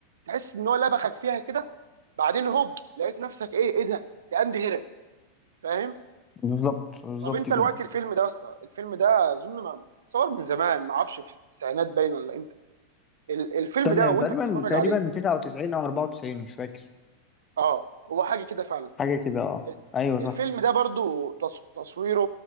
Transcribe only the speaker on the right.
تحس ان هو لبخك فيها كده بعدين هوب لقيت نفسك ايه ايه ده ده قام هرب فاهم
طب انت
دلوقتي الفيلم ده اصلا الفيلم ده اظن ما صور من زمان ما اعرفش في التسعينات باين ولا امتى ال- الفيلم
ده وانت
بتتفرج
عليه
اه هو حاجه كده فعلا
ال-
الفيلم
ده برضو تص- تصويره